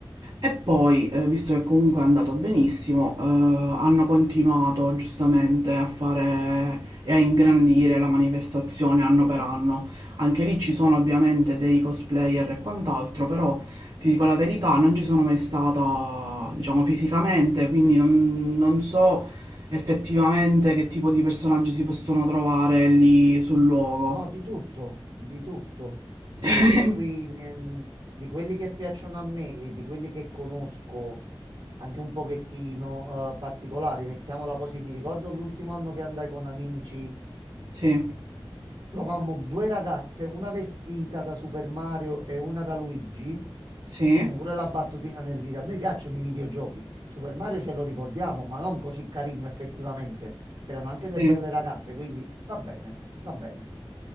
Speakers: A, on the right; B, on the right.
A: E poi, eh, visto che comunque è andato benissimo, eh, hanno continuato giustamente a fare e a ingrandire la manifestazione anno per anno. Anche lì ci sono ovviamente dei cosplayer e quant'altro, però ti dico la verità, non ci sono mai stata, diciamo, fisicamente, quindi non, non so effettivamente che tipo di personaggi si possono trovare lì sul luogo.
B: No, di tutto, di tutto. Da
A: <laughs>
B: noi qui, ne- di quelli che piacciono a me e di quelli che conosco anche un pochettino eh, particolari, mettiamola così. Mi ricordo l'ultimo anno che andai con amici
A: Sì,
B: Trovammo due ragazze, una vestita da Super Mario e una da Luigi.
A: sì,
B: Facciamo pure la battutina nel dire a noi piacciono i videogiochi. Super Mario ce lo ricordiamo, ma non così carino effettivamente. Erano anche due
A: sì.
B: belle ragazze, quindi va bene, va bene.